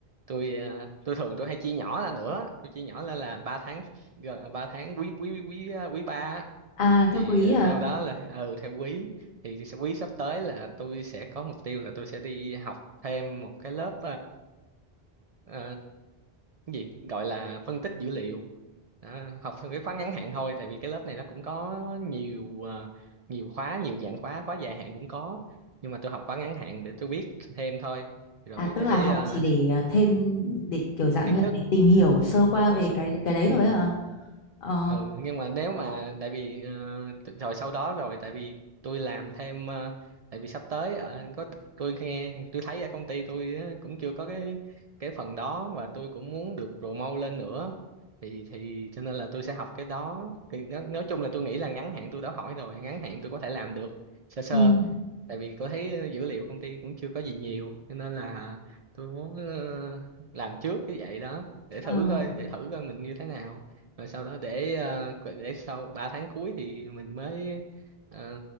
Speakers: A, on the right; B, on the left.
A: tôi ờ, tôi thường tôi hay chia nhỏ ra nữa tôi chia nhỏ lên là 3 tháng gần ờ, 3 tháng quý quý quý quý ba á.
B: à
A: thì
B: theo quý
A: ờ,
B: à
A: sau đó là ừ theo quý thì sẽ- quý sắp tới là tôi sẽ có mục tiêu là tôi sẽ đi học thêm một cái lớp uh, cái gì gọi là phân tích dữ liệu đó, học theo cái khóa ngắn hạn thôi tại vì cái lớp này nó cũng có nhiều ờ, nhiều khóa nhiều dạng khóa khóa dài hạn cũng có nhưng mà tôi học khóa ngắn hạn để tôi biết thêm thôi rồi
B: À
A: để
B: tức là học
A: ờ,
B: chỉ để ờ, thêm để kiểu dạng
A: kiến
B: như
A: thức
B: là để tìm hiểu
A: ờ,
B: sơ qua
A: bổ
B: về
A: sung
B: cái cái đấy
A: ừ
B: thôi hả? Ờ.
A: ừ nhưng mà nếu mà tại vì ờ, t- rồi sau đó rồi tại vì tôi làm thêm ờ, tại vì sắp tới ờ, có tôi nghe tôi thấy ở công ty tôi á, cũng chưa có cái cái phần đó và tôi cũng muốn được promote lên nữa thì thì cho nên là tôi sẽ học cái đó thì nó, nói chung là tôi nghĩ là ngắn hạn tôi đã hỏi rồi ngắn hạn tôi có thể làm được sơ sơ
B: Ừ.
A: tại vì tôi thấy dữ liệu công ty cũng chưa có gì nhiều cho nên là tôi muốn ờ, làm trước cái vậy đó để
B: Ờ.
A: thử coi để thử coi mình như thế nào rồi sau đó để ờ, qu- để sau 3 tháng cuối thì mình mới ờ,